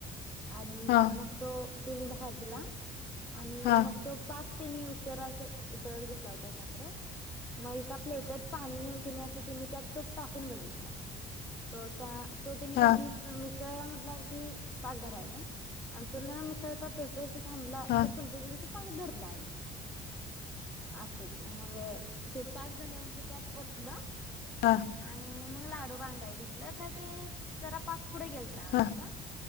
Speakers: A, in the centre; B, on the left.
A: आणि
B: हा
A: मग तो त्यानी भाजला, आणि
B: हा
A: मग तो पाक तिनी ऊशर अस इतळत बसला होता साखरात, म एका प्लेटत पाणी घेऊन केनी अस तेनी त्यात तो टाकून बघितला, तो असा तो तेनी
B: हा
A: त्यात मीस मिसळला म्हणलांव की पाक धराय नाही, अन तो मिसळतात तसच थांबला
B: हा
A: तर
B: हा
A: समजायच की तो पाक धरलाय म्हणून, अस ये मग ते पाक झाल्यावरन ते त्यात ओतल.
B: हां.
A: आणि मग लाडू बांधाय घेतलं खर ते, जरा पाक पुढे गेलता वाटत.
B: हा